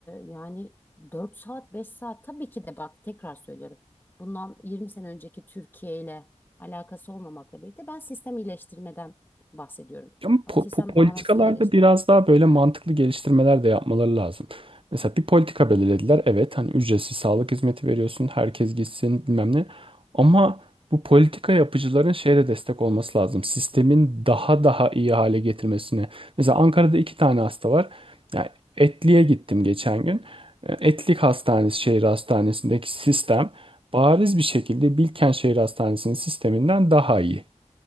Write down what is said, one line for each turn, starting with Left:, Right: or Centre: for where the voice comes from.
Left: yani 4 saat beş saat tabii ki de bak tekrar söylüyorum. Bundan 20 sene önceki Türkiye ile alakası olmamakla birlikte ben sistem iyileştirmeden bahsediyorum.
Right: Ama
Left: Ya
Right: po-
Left: bu sistem
Right: po- politikalarda
Left: daha nasıl iyileştir?
Right: biraz daha böyle mantıklı geliştirmeler de yapmaları lazım. Mesela bir politika belirlediler. Evet hani ücretsiz sağlık hizmeti veriyorsun. Herkes gitsin bilmem ne. Ama bu politika yapıcıların şeyde destek olması lazım. Sistemin daha daha iyi hale getirmesine. Mesela Ankara'da iki tane hasta var. Yani Etli'ye gittim geçen gün. E, Etlik Hastanesi şehir hastanesindeki sistem bariz bir şekilde Bilkent Şehir Hastanesi'nin sisteminden daha iyi.